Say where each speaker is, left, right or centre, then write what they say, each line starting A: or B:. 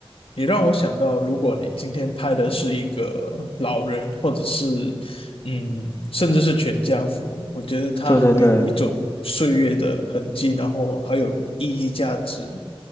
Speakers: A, on the left (about 65°); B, on the left (about 25°).
A: 你让我想到，如果你今天拍的是一个老人，或者是嗯，甚至是全家福，我觉得它好有一种岁月的痕迹，
B: 对对对
A: 然后还有意义价值。